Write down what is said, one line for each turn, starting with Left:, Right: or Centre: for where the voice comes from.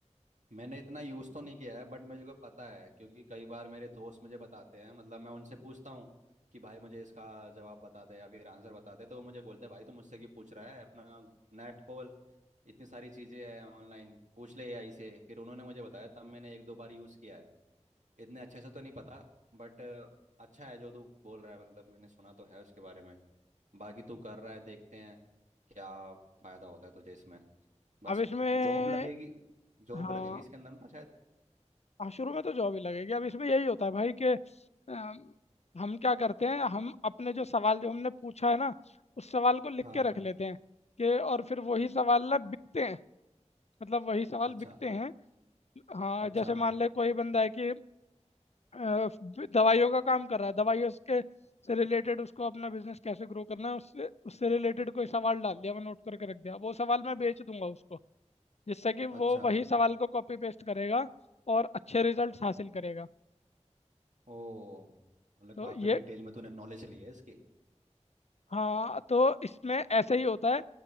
Right: मैंने इतना यूज़ तो नहीं किया है बट मुझे को पता है क्योंकि कई बार मेरे दोस्त मुझे बताते हैं मतलब मैं उनसे पूछता हूँ कि भाई मुझे इसका जवाब बताते या फिर आंसर बताते तो वो मुझे बोलते हैं भाई तू मुझसे क्यों पूछ रहा है अपना नेट खोल इतनी सारी चीज़ें हैं ऑनलाइन पूछ ले एआई से फिर उन्होंने मुझे बताया तब मैंने एक दो बार यूज़ किया है इतने अच्छे से तो नहीं पता बट अच्छा है जो तू बोल रहा है मतलब मैंने सुना तो है उसके बारे में बाकी तू कर रहा है देखते हैं क्या फ़ायदा होता है तुझे इसमें बस
Left: अब इसमें
Right: जॉब लगेगी जॉब
Left: हाँ
Right: लगेगी इसके अंदर ना शायद
Left: हाँ, शुरू में तो जॉब ही लगेगी अब इसमें यही होता है भाई कि अम, हम क्या करते हैं हम अपने जो सवाल जो हमने पूछा है ना उस सवाल को लिख
Right: हाँ
Left: के रख लेते हैं कि और फिर वही सवाल ना बिकते हैं मतलब वही सवाल
Right: अच्छा
Left: बिकते हैं हाँ
Right: अच्छा
Left: जैसे मान ले कोई बंदा है कि अ, दवाइयों का काम कर रहा है दवाइयों के से रिलेटेड उसको अपना बिजनेस कैसे ग्रो करना है उससे उससे रिलेटेड कोई सवाल डाल दिया मैं नोट करके रख दिया वो सवाल मैं बेच दूंगा उसको जिससे कि
Right: अच्छा
Left: वो वही सवाल को कॉपी पेस्ट करेगा और अच्छे रिजल्ट्स हासिल करेगा
Right: ओ मतलब
Left: तो
Right: काफी
Left: ये
Right: डिटेल में तूने नॉलेज ली है इसकी
Left: हाँ तो इसमें ऐसे ही होता है